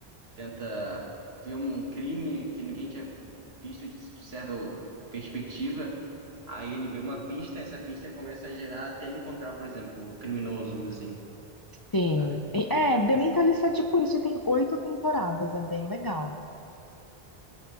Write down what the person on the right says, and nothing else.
tenta ver um crime que ninguém tinha visto de de certa perspectiva. Aí ele vê uma pista, essa pista começa a gerar até encontrar, por exemplo, o criminoso, vamos dizer assim.
Talvez.
Essa-